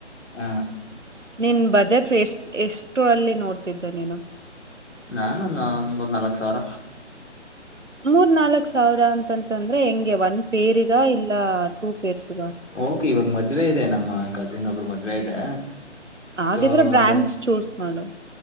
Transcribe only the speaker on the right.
ನಿನ್ ಬಜೆಟ್ ಎಷ್ಟ ಎಷ್ಟರಲ್ಲಿ ನೋಡ್ತಿದ್ದೆ ನೀನು.
ಮೂರ್ ನಾಲ್ಕ್ ಸಾವಿರ ಅಂತಂತಂದ್ರೆ ಹೆಂಗೆ ಒನ್ ಪೇರಿಗ ಇಲ್ಲ ಟೂ ಪೇರ್ಸ್ಗ್.
ಹಾಗಿದ್ರೆ
ಬ್ರ್ಯಾಂಡ್ಸ್
ಚೂಸ್. ಮಾಡು